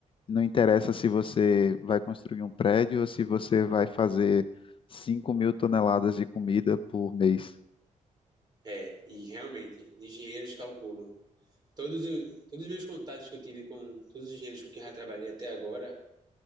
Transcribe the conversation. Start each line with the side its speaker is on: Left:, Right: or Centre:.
Left: Não interessa se você vai construir um prédio ou se você vai fazer cinco mil toneladas de comida por mês.
Right: É, e realmente, engenheiros calculam. Todos os, todos os meus contatos que eu tive com todos os engenheiros com quem eu já trabalhei até agora,